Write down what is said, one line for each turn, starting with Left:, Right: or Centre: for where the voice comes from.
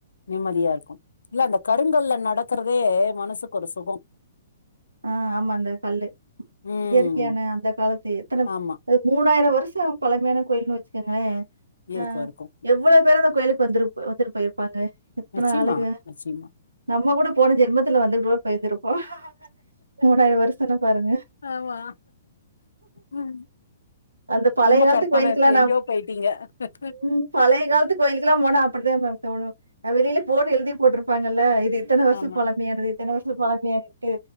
Left: நிம்மதியா இருக்கு இல்ல அந்த கருங்கல்ல நடக்றது மனசுக்கு ஒரு சுகம்
Right: ஆஹ் ஆமா அந்தக் கல்லு
Left: ம்
Right: இயற்கையான அந்த காலத்து எத்தன
Left: ஆமா
Right: மூனாயிர வருஷ <unintelligible> பழமையான கோயிலுனு வச்சுகங்க
Left: இருக்கும்
Right: ஆ
Left: இருக்கும்
Right: எவ்ளோ பேரு அந்த கோயிலுக்கு வந்துரு வந்துட்டு பொயிருப்பாங்க எத்தன
Left: நிச்சயமா
Right: ஆளுக
Left: நிச்சயமா
Right: நம்ப கூட போன ஜென்மத்துல வந்துகூட பொய்ந்திருப்போ மூனாயிரோ வருசனா பாருங்க
Left: ஆமா ம்
Right: அந்த பழைய
Left: ரொம்ப
Right: காலத்து
Left: கற்பனை
Right: கோயிலுக்குலா
Left: இருக்கு
Right: நா
Left: எங்கேயோ போயிட்டீங்க
Right: ம் பழைய காலத்து கோயிலுக்குலா போனா அப்டிதா மேம் தோனு வெளியில போனு எழுதி போட்ருப்பாங்கல எத்தன வருஷோ
Left: ஆமா
Right: பழமையானது இத்தன வருஷோ பழமையானட்டு